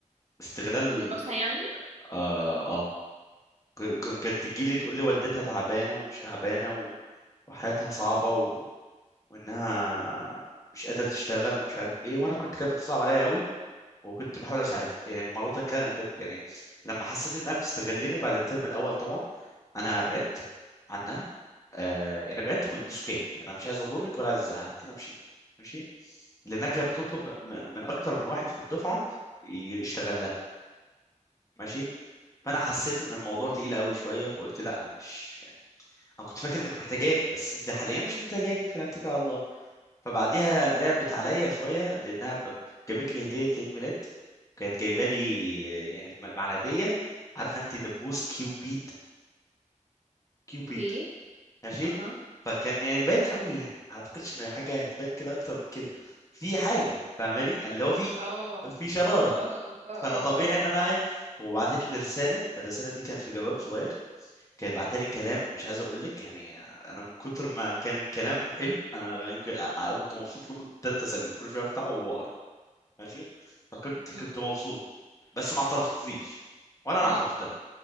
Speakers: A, on the left; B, on the right.
A: استغلال
B: دراسه يعني
A: اه, آه. ك... ك- كانت تجي لي تقول لي والدتها تعبانه ومش تعبانه و... وحياتها صعبه و... وانها مش قادره تشتغل ومش عارف ايه وانا كنت كانت بتصعب عليا قوي وكنت بحاول اساعدها يعني مره كان كان- يعني لما حسيت انها بتستغلني بعد الترم الاول طبعا انا بعدت عنها آه يعني بعدت بسكات يعني انا مش عايز اضرك ولا عايز ازعلك انا مشيت ماشي لانها كانت بتطلب م- من اكتر من واحد في الدفعه يشتغل لها ماشي فانا حسيت ان الموضوع تقيل قوي شويه فقلت لا انا مش يعني انا كنت فاكر انك محتاجاني بس انت حاليا مش
B: مم.
A: محتاجاني فانا هتكل على الله فبعديها لعبت عليا شويه لانها ب- جابت لي هديه عيد ميلاد كانت جايبه لي يعني مع العيديه عارفه انت دبوس كيوبيد كيوبيد
B: اوكي
A: ماشي
B: اها
A: فكان يعني باين قوي يعني ما اعتقدش ان حاجه هتبان كده اكتر من كده في حاجه فاهماني اللي هو في
B: اه
A: في شراره
B: اه اه
A: فانا طبيعي
B: اه
A: ان
B: اه
A: انا ايه وبعتت لي رساله الرساله دي كانت في جواب صغير كانت بعتها لي كلام مش عايز اقول لك يعني انا من كتر ما كان الكلام حلو انا يمكن أ- أ- كنت مبسوط لمده 3 اسابيع كل شويه افتحه واقرا ماشي فكنت
B: مهم.
A: كنت مبسوط بس ما اعترفتليش ولا انا
B: مم.
A: اعترفت لها